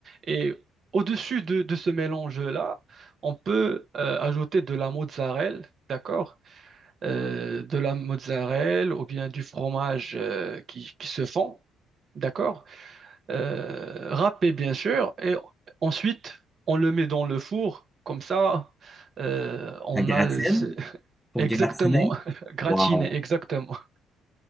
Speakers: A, on the right (about 50°); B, in the centre.
A: Et au-dessus de, de ce mélange-là, on peut euh, ajouter de la mozzarella, d'accord? Euh, de la mozzarella ou bien du fromage euh, qui, qui se fond, d'accord? Euh, râpé, bien sûr. Et ensuite, on le met dans le four, comme ça, euh, on
B: La gratine
A: a... le- c'est- <laughs>
B: pour
A: Exactement,
B: gratiner.
A: <laughs> gratiné,
B: Wow.
A: exactement.